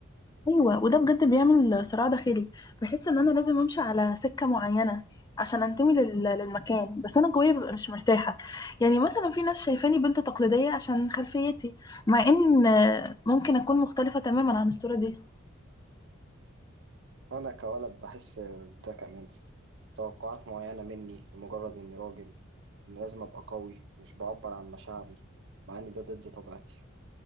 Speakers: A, on the left; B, on the right.
A: ايوه وده بجد بيعمل صراع داخلي بحس ان انا لازم امشي على سكه معينه عشان انتمي لل- للمكان بس انا جوايا ببقى مش مرتاحه يعني مثلا في ناس شايفاني بنت تقليديه عشان خلفيتي مع ان آه، ممكن اكون مختلفه تماما عن الصوره دي
B: وأنا كولد بحس بده كمان توقعات معينة مني لمجرد إني راجل إن لازم أبقى قوي مش بعبر عن مشاعري مع إن ده ضد طبيعتي